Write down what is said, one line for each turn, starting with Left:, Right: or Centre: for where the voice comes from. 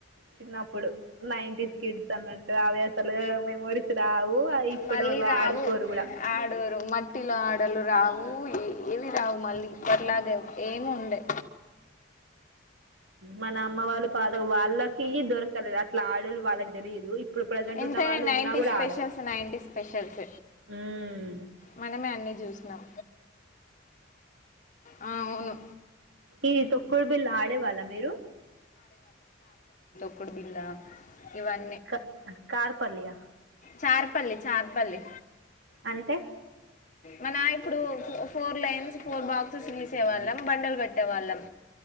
Right: చిన్నప్పుడు నైంటీస్ కిడ్స్ అన్నట్టు అవ అసలు మెమోరీస్ రావు ఇప్పటి
Left: మళ్ళీ
Right: వాళ్ళ
Left: రావు
Right: ఆడుకోరు కూడా
Left: ఆడరు మట్టిలో ఆడలు రావు ఏ ఏవి రావు మళ్ళీ పట్లాగే ఏమి ఉండే
Right: మన అమ్మ వాళ్ళు పాత వాళ్ళకి దొరకలేదు అట్లా ఆడలు వాళ్ళకి తెలియదు ఇప్పుడు ప్రజెంట్
Left: ఎంతనే
Right: ఉన్న వాళ్ళు
Left: నైటీ
Right: ఉన్నా కూడా
Left: స్పెషల్స్
Right: ఆడరు
Left: నైటీ స్పెషల్స్
Right: మ్మ్
Left: మనమే అన్ని చూసినాం ఆ, అవును
Right: ఈది తొక్కుడు బిల్ ఆడే వాళ్ళా మీరు
Left: తొక్కుడుబిల్ల ఇవన్
Right: క కార్పల్లియ
Left: చార్పల్లి చార్పల్లి
Right: అంటె
Left: మన ఇప్పుడు ఫోర్ లైన్స్ ఫోర్ బాక్సెస్ గీసె వాళ్ళం బండలు పెట్టే వాళ్ళం